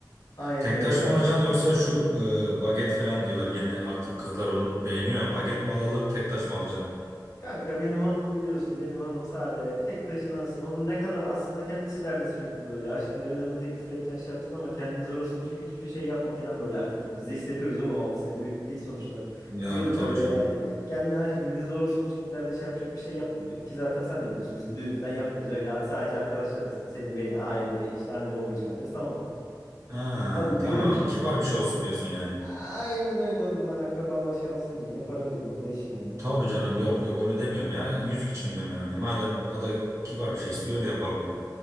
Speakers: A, on the left; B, on the right.
A: Aynen
B: Tek
A: öyle
B: taş mı
A: abi.
B: alacaksın yoksa şu e, baget falan diyorlar. Yeni artık kızlar onu beğeniyor ya. Baget mi alalım, tek taş mı alacaksın?
A: Kanka benim hanımı biliyorsun. Benim hanım sade. Tek taşına aslında. Onun ne kadar aslında kendisi derdi sürekli böyle. Aşkım evlenme teklif edeceksin şey yapacaksın ama kendini zora sokacak hiçbir şey yapma falan böyle. Artık ikimiz de hissediyoruz oğlum. altı senedir birlikteyiz sonuçta.
B: Yani
A: Diyordu
B: tabii
A: böyle
B: canım.
A: yani. Kendini aşkım bizi zora sokacak ileride şey yapacak bir şey yapma diyordu. Ki zaten sen de biliyorsun biz düğün falan yapmayız. Öyle sadece arkadaşlar arasında seni beni ailede işte anne babayı çağıracağız tamam.
B: Ha,
A: Abi
B: tamam.
A: diyorum ki.
B: Kibar bir şey olsun diyorsun yani.
A: Aynen öyle oğlum ben akrabalar şey alsın diye. Niye para vereyim Allah için ya.
B: Tabii canım yok yok onu demiyorum ya. Yüzük için diyorum ben hani. Madem ada kibar bir şey istiyor öyle yapalım.